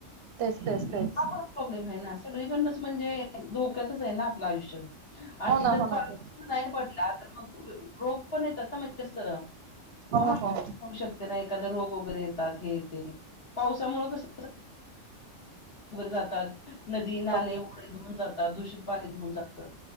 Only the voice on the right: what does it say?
तेच तेच तेच
हो ना
हो ना
तेच
हो
हो
बरोबर